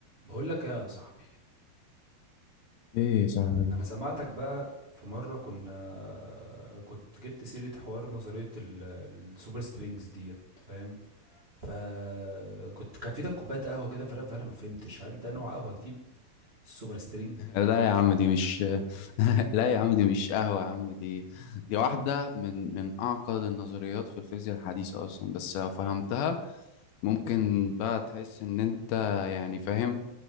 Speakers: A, on the right; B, on the left.
A: بقول لك يا صاحبي
B: ايه يا صاحبي
A: انا سمعتك بقى في مرة كنا كنت جبت سيرة حوار نظرية ال- السوبر سترينجز ديت فاهم فكنت كان في ايدك كوباية قهوة كده فانا فانا ما فهمتش هل ده نوع قهوة جديد السوبر سترينج
B: لا يا عم دي مش <laughs> لا يا عم دي مش قهوة يا عم دي دي واحدة من من أعقد النظريات في الفيزياء الحديثة أصلا بس لو فهمتها ممكن بقى تحس إن أنت يعني فاهم